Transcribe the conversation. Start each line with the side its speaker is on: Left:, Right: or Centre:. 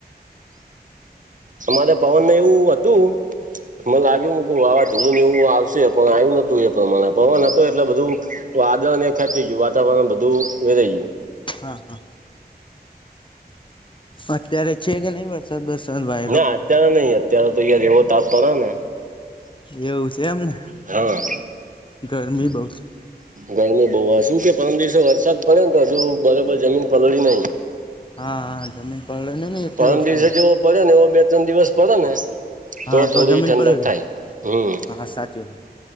Right: અમારે પવનને એવું હતું મને લાગ્યું મકુ વાવાઝોડુ ને એવું આવશે પણ આવ્યું નતું એ પ્રમાણે પવન હતો એટલે બધું વાદળને ખેંચી ગયું વાતાવરણ બધું વેરાઈ ગયું.
Left: હા હા અત્યારે છે કે નહી વર <inaudible>
Right: ના અત્યારે નઈ અત્યારે તો યાર એવો તાપ પડે ને.
Left: એવું છે એમને.
Right: હા.
Left: ગરમી બોવ.
Right: ગરમી બહુ શું કે પરમ દિવસે વરસાદ પડે ને તો હજુ બરોબર જમીન પલળી નહી.
Left: હા હા જમીન પલળે નઈ ને એટલી
Right: પરમ
Left: વરસાદે
Right: દિવસે જેવો પડ્યો ને એવો બે ત્રણ દિવસ પડે ને.
Left: હા
Right: તો થોડી
Left: જમીન
Right: ઠંડક
Left: પલળે
Right: થાય હમ.
Left: હા સાચી વાત